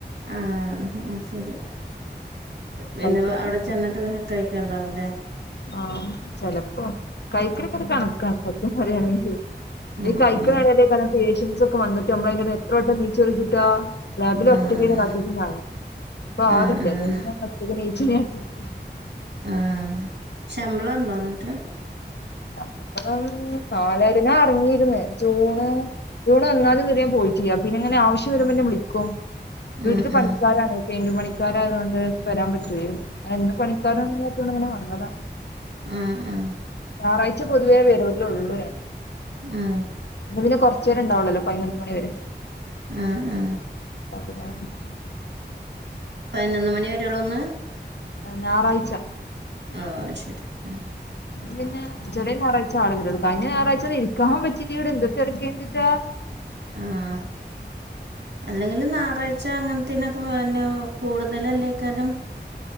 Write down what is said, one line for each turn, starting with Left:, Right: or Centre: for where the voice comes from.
Right: ആഹ് ആഹ് ശരി പിന്നെ
Left: കഴിക്കലൊക്കെ
Right: അവിടെ
Left: നടക്കും
Right: ചെന്നിട്ട് കഴിക്കണ്ടാവുവോ
Left: ആ ചെലപ്പോ കഴിക്കലൊക്കെ ഇപ്പോ കണക്കാണ് സത്യം പറയാനിങ്കി- ഉ <inaudible>
Right: ഉം
Left: ഈ കഴിക്കനിടയിലെക്കെ
Right: ഉം
Left: ആണ് പേഷ്യൻസ് ഒക്കെ വന്നിട്ട് നമ്മള് എത്ര വട്ടം എണിച്ചു വന്നിട്ടാ <unintelligible> ലാബില്
Right: ആഹ്
Left: ഒറ്റക്ക് അതിനും ഞാന് ഇപ്പ
Right: ആഹ്
Left: ആരും ഇല്ല
Right: ആഹ്
Left: ഞാൻ <unintelligible>
Right: ആഹ് ശമ്പളം ഉണ്ടോ എന്നിട്ട്
Left: ശമ്പളം നാലായിരം എന്നാ അറിഞ്ഞിരുന്നെ ജൂണ് ജൂണ് വന്നാലും- പിന്നെ പോയിട്ടില്ല പിന്നെ അങ്ങനെ ആവശം വരുമ്പോ എന്നെ വിളിക്കും വീട്ടില്
Right: ഉം
Left: പണിക്കാരാണ്
Right: ഉം
Left: പെയിൻ്റ് പണിക്കാരായയതുകൊണ്ട് എനിക്ക് വരാൻ പറ്റൂലാരുന്നു അങ്ങനെ എന്ത് പണിക്കരാണ് എന്ന് ഓർത്ത് അങ്ങനെ വന്നതാ
Right: ങാ ങാ
Left: ഞായറാഴ്ച പൊതുവേ വരവില ഉള്ളൂരേ.
Right: ങാ
Left: പിന്നെ കൊറച്ചേരെ ഉണ്ടാവുള്ളല്ലോ പതിനൊന്ന് മണിവരെ.
Right: ങാ ങാ
Left: അപ്പോഅതുകരണം.
Right: പതിനൊന്ന് മണി വരെയുള്ളന്ന്.
Left: ആ ഞായറാഴ്ച.
Right: ആ ശരി ഹ്
Left: പിന്നെ ചെല ഞായറാഴ്ച ആളുകൾ. കഴിഞ്ഞ ഞായറാഴ്ച നിൽക്കാൻ പറ്റിട്ടീല ഇവിടെന്തൊരു തേരക്ക എന്തുട്ട.
Right: ആഹ് അല്ലെങ്കിൽ ഞായറാഴ്ച്ച അങ്ങനത്തിനൊക്കെ പിന്നെ കൂടുതലല്ലേ കാരണം